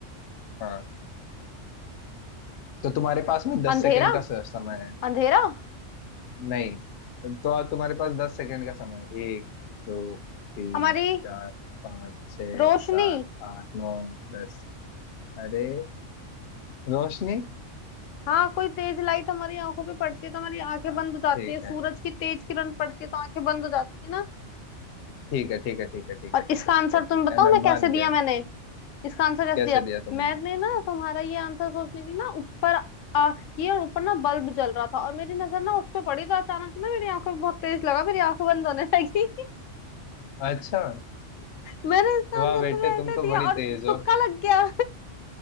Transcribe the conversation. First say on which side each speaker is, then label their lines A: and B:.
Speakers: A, on the left; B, on the left.
A: हाँ तो तुम्हारे पास में दस
B: अंधेरा
A: सेकंड का स- समय है
B: अंधेरा
A: नहीं तो अब तुम्हारे पास दस सेकंड का समय है एक दो तीन
B: हमारी
A: चार पाँच छः
B: रोशनी
A: सात आठ नौ दस अरे रोशनी
B: हाँ कोई तेज लाइट हमारी आंखों पे पड़ती है तो हमारी आंखें
A: हाँ
B: बंद हो जाती
A: ठीक
B: है सूरज
A: है
B: की तेज किरण पड़ती है तो आंखें बंद हो जाती है ना
A: ठीक है ठीक है ठीक है ठीक
B: और
A: है ठीक
B: इसका
A: है ठीक
B: आंसर
A: है ठीक
B: तुम बताओ
A: है मैं
B: मैं
A: मान
B: कैसे दिया
A: गया
B: मैंने इसका आंसर कैसे
A: कैसे
B: दिया
A: दिया तुमने
B: मैंने ना तुम्हारा ये आंसर सोचने की ना ऊपर आंख की और ऊपर ना बल्ब जल रहा था और मेरी नजर ना उस पे पड़ी तो अचानक ना मेरी आंखों में बहुत तेज लगा मेरी आंख बंद होने लगी <laughs>
A: अच्छा
B: मैंने इसका
A: वाह
B: आंसर
A: बेटे
B: तुम्हें
A: तुम
B: ऐसे
A: तो
B: दिया
A: बड़ी
B: और
A: तेज हो
B: तुक्का लग गया